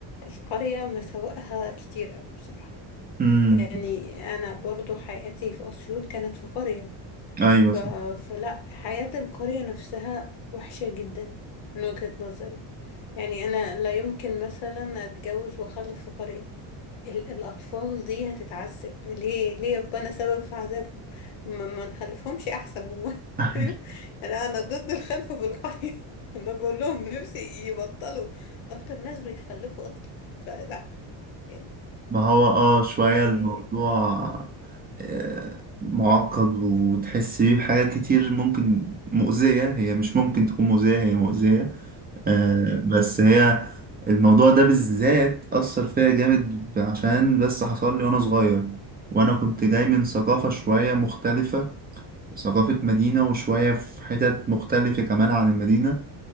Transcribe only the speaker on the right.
امم
ايوه
صح
<laughs>
ما هو اه شوية
الموضوع آه، معقد وتحس بيه بحاجات كتير ممكن مؤذية هي مش ممكن تكون مؤذية هي مؤذية آه،
بس هي الموضوع ده بالذات أثر فيا جامد عشان بس حصل لي وأنا صغير وأنا كنت جاي من ثقافة شوية مختلفة ثقافة مدينة وشوية في حتت مختلفة كمان عن المدينة